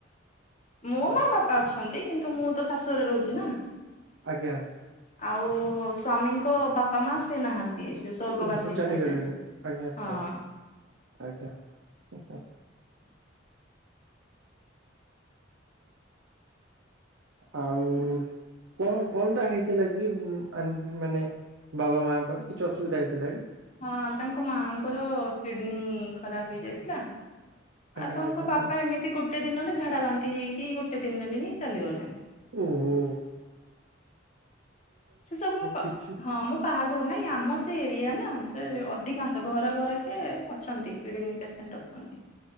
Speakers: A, on the left (about 35°); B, on the right (about 80°).
A: ମୋ ମା ବାପା ଅଛନ୍ତି କିନ୍ତୁ ମୁଁ ତ ଶାଶୁ ଘରେ ରହୁଛି ନା।
B: ଆଜ୍ଞା।
A: ଆଉ ହଉ ସ୍ୱାମୀଙ୍କ ବାପା ମା ସେ ନାହା ଏଇ ସେ ସ୍ଵର୍ଗ
B: ଓହୋ
A: ବାସି ହେଇ
B: ଚାଲିଗଲେଣି
A: ସାରିଲେଣି
B: ଆଜ୍ଞା ଆଜ୍ଞା
A: ହଁ।
B: ଆଜ୍ଞା ହଁ ହଁ। ଆଉ କଣ କଣ ଟା ହେଇଥିଲା କି ମାନେ ବାବା ମାଙ୍କର କିଛି ଅସୁବିଧା ହେଇଥିଲା କି?
A: ହଁ ତାଙ୍କ ମାଆଙ୍କର କିଡ଼ନୀ ଖରାପ ହେଇଯାଇଥିଲା।
B: ଆଜ୍ଞା
A: ଆଉ ତାଙ୍କ
B: ଆଜ୍ଞା
A: ବାପା
B: ଆଜ୍ଞା
A: ଏମିତି ଗୋଟେ ଦିନରେ ଝାଡା ବାନ୍ତି ହେଇକି ଗୋଟେ ଦିନରେ ହିଁ ଚାଲିଗଲେ।
B: ଉଁ। ଉଁ।
A: ସେ ସବୁ
B: କିଛି
A: ହଁ ମୁଁ ବାହାଘରୁ ନାଇଁ ଆମ ସେ ଏରିଆ ନା ସେ ଅଧିକାଂଶ ଘରେ ଘରକ ଅଛନ୍ତି କିଡ଼ନୀ ପେସେଣ୍ଟ ଅ ଛନ୍ତି।